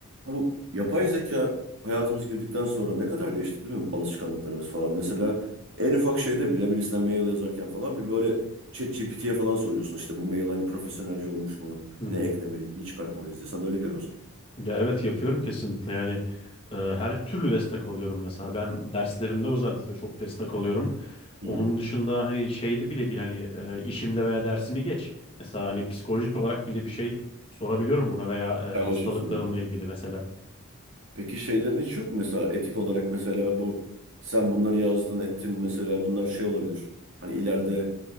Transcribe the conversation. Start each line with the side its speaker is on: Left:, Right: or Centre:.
Right: Bu yapay zeka hayatımız girdikten sonra ne kadar değişti değil mi alışkanlıklarımız falan. Mesela en ufak şeyde bile birisine mail yazarken falan bir böyle ChatGPT'ye falan soruyorsun. İşte bu mail hani profesyonelce olmuş mu?
Left: Hı hı.
Right: Ne eklemeliyiz, ne çıkartmalıyız diye. Sen de öyle yapıyor musun?
Left: Ya evet yapıyorum kesinlikle yani e, her türlü destek alıyorum mesela ben derslerimde özellikle çok destek alıyorum.
Right: Hı.
Left: Onun dışında hani şeyde bile değil hani e, işimde veya dersimi geç. Mesela hani psikolojik olarak bile bir şey sorabiliyorum buna veya
Right: Paylaşıyorsun.
Left: e, hastalıklarımla ilgili mesela.
Right: Peki şeylerin hiç yok mu mesela etik olarak mesela bu sen bunları yazdın ettin mesela bunlar şey olabilir. Hani ileride